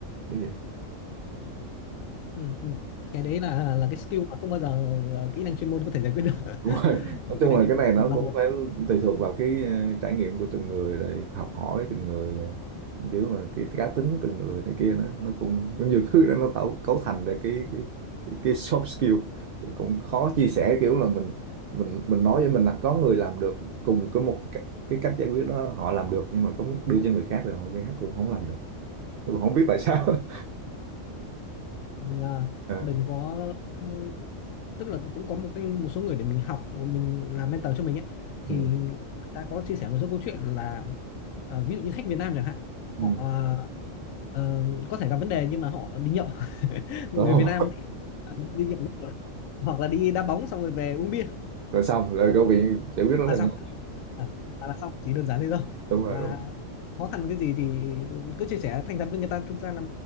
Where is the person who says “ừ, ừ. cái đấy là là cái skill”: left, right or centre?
Left